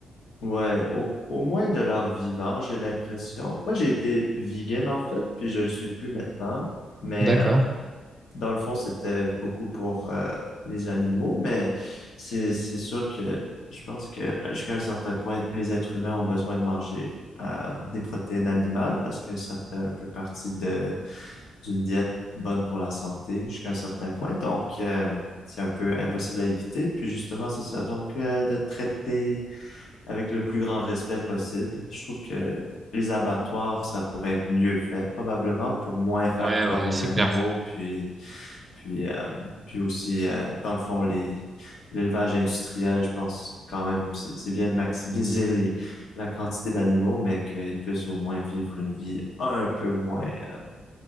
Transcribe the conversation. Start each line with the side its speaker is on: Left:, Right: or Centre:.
Left: Ouais, au, au moins de leur vivant, j'ai l'impression. Moi, j'ai été vegan en fait, puis je le suis plus maintenant. Mais
Right: D'accord.
Left: euh, dans le fond, c'était beaucoup pour euh, les animaux. Mais c'est c'est sûr que je pense que jusqu'à un certain point, les êtres humains ont besoin de manger euh, des protéines animales parce que ça fait un peu partie de d'une diète bonne pour la santé jusqu'à un certain point. Donc euh, c'est un peu impossible à éviter. Puis justement, c'est ça. Donc euh, de traiter avec le plus grand respect possible. Je trouve que les abattoirs, ça pourrait être mieux fait probablement pour moins faire
Right: Ouais,
Left: peur
Right: ouais,
Left: aux
Right: c'est
Left: animaux,
Right: clair.
Left: puis puis euh, puis aussi euh, dans le fond les l'élevage industriel, je pense quand même c'est c'est bien de maximiser les la quantité d'animaux, mais qu'ils puissent au moins vivre une vie un peu moins euh,